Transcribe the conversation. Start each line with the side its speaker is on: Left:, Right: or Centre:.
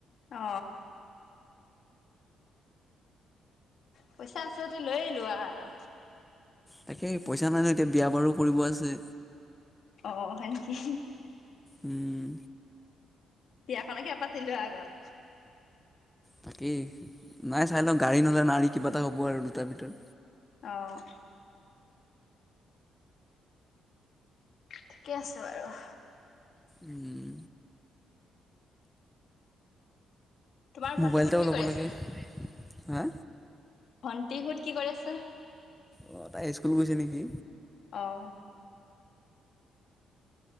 Left: অ পইচা আছে যদি লৈয়ে লোৱা আৰু।
Centre: তাকে পইচা নাই ন এতিয়া বিয়া বাৰু কৰিব আছে।
Left: অ হয় নিকি।
Centre: উম
Left: বিয়াখনকে পাতিলোৱা আগত।
Centre: তাকেই নাই চাই লওঁ গাড়ী নহলে নাড়ী কিবা এটা হ'ব আৰু দুটাৰ ভিতৰত।
Left: অহ ঠিকে আছে বাৰু
Centre: উম,
Left: তোমাৰ ভণ্টিহত
Centre: মোবাইল এটাও
Left: কি
Centre: ল'ব
Left: কৰি
Centre: লাগে
Left: আছে।
Centre: হা
Left: ভণ্টিহত কি কৰি আছে।
Centre: অ তাই স্কুল গৈছে নেকি?
Left: অহ